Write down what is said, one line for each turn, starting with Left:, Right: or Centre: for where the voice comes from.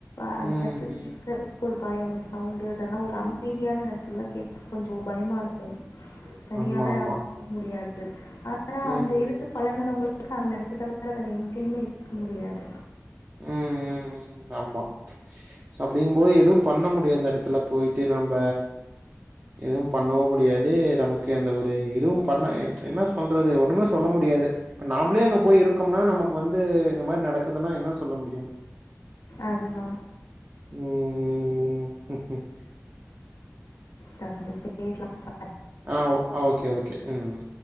Left: அந்த
Right: ம்
Left: எடத்துல
Right: ம்
Left: இருக்கிறதுக்கு ஒரு பயம் சவுண்டு அதெல்லா ஒரு அமைதியான <unintelligible> கே கொஞ்ச பயமா இருக்கு தனியால
Right: ஆமா ஆமா
Left: அங்க போக முடியாது ஆனா
Right: ம்
Left: அங்க
Right: ம்
Left: இருந்த பழகன ங்க அந்த எடத்த தவற வேற எங்கயும்மே இருக்க முடியாது
Right: ம் ம் ம் ஆமா அப்படிங்கும் போது எதுவும் பண்ண முடியும் அந்த எடத்துல போயிட்டு நம்ம எதுவும் பண்ணவும் முடியாது நமக்கு அந்த ஒரு இதுவும் பண்ண என்ன சொல்றது ஒண்ணுமே சொல்ல முடியா து இப்ப நாமளே அங்க போய் இருக்கோம்னா நமக்கு வந்து இந்த மாதிரி நடக்குதுன்னா என்ன சொல்ல முடியும்
Left: அதுதா
Right: ம் ம் ம்
Left: தொடர்ந்து பேஸ்லா <unintelligible>
Right: ஆ ஆ ஓகே ஓகே ம் ம்